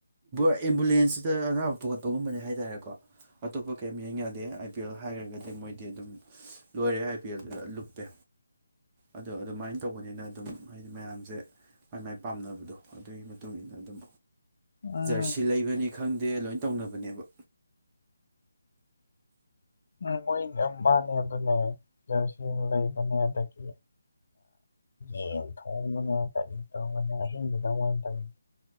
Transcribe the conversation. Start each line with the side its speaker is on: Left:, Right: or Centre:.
Right: ꯑꯦꯝꯕꯨꯂꯦꯟꯁ꯫ ꯁꯤꯗ ꯑꯅꯥꯕ ꯄꯨꯈꯠꯄꯒꯨꯝꯕꯅꯦ ꯍꯥꯏꯇꯥꯔꯦꯀꯣ ꯑꯇꯣꯞꯄ ꯀꯩꯝ ꯌꯦꯡ ꯌꯥꯗꯦ ꯑꯥꯏ ꯄꯤ ꯑꯦꯜ ꯍꯥꯏꯈ꯭ꯔꯒꯗꯤ ꯃꯣꯏꯗꯤ ꯑꯗꯨꯝ ꯂꯣꯏꯔꯦ ꯑꯥꯏ ꯄꯤ ꯑꯦꯜꯗꯨꯗ ꯂꯨꯞꯄꯦ ꯑꯗꯣ ꯑꯗꯨꯃꯥꯏꯅ ꯇꯧꯕꯅꯤꯅ ꯑꯗꯨꯝ ꯍꯥꯏꯗꯤ ꯃꯌꯥꯝꯁꯦ ꯃꯥꯏ ꯃꯥꯏ ꯄꯥꯝꯅꯕꯗꯣ ꯑꯗꯨꯒꯤ ꯃꯇꯨꯡ ꯏꯟꯅ ꯑꯗꯨꯝ꯫
Left: ꯎꯝ
Right: ꯖꯔꯁꯤ ꯂꯩꯕꯅꯤ꯫ ꯈꯪꯗꯦ ꯂꯣꯏ ꯇꯧꯅꯕꯅꯦꯕ꯫
Left: ꯎꯝ ꯃꯣꯏꯗꯤ ꯌꯥꯝ ꯋꯥꯥꯟꯅ ꯑꯗꯨꯅꯦ ꯖꯔꯁꯤ ꯂꯩꯕꯅꯦ ꯑꯗꯒꯤ ꯌꯦꯟ ꯊꯣꯡꯕꯅꯦ ꯀꯔꯤ ꯇꯧꯕꯅꯦ ꯑꯍꯤꯡꯕꯗꯪ ꯑꯣꯏꯅ ꯇꯧ